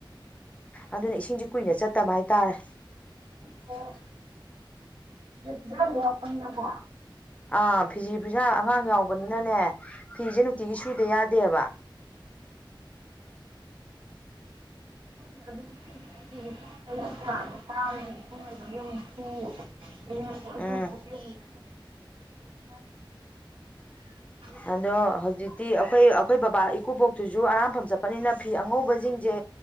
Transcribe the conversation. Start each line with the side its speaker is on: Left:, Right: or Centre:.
Left: ꯑꯗꯨꯅ ꯏꯁꯤꯡꯁꯦ ꯀꯨꯏꯅ ꯆꯠꯇꯕ ꯍꯥꯏꯇꯥꯔꯦ
Right: ꯑꯣ ꯗ ꯂꯄꯅ ꯀ
Left: ꯑꯥ ꯐꯤꯖꯤ ꯐꯤꯖꯥꯝ ꯑꯉꯥꯡ ꯌꯥꯎꯕꯅꯤꯅꯅꯦ ꯐꯤꯁꯦ ꯅꯨꯡꯇꯤꯒꯤ ꯁꯨꯗ ꯌꯥꯗꯦꯕ
Right: <unintelligible> <unintelligible>
Left: ꯎꯝ
Right: <unintelligible>
Left: ꯑꯗꯣ ꯍꯧꯖꯤꯛꯇꯤ ꯑꯩꯈꯣꯏ ꯑꯩꯈꯣꯏ ꯕꯕꯥ ꯏꯀꯨꯕꯣꯛꯇꯨꯁꯨ ꯑꯔꯥꯝꯐꯝ ꯆꯠꯄꯅꯤꯅ ꯐꯤ ꯑꯉꯧꯕꯁꯤꯡꯁꯦ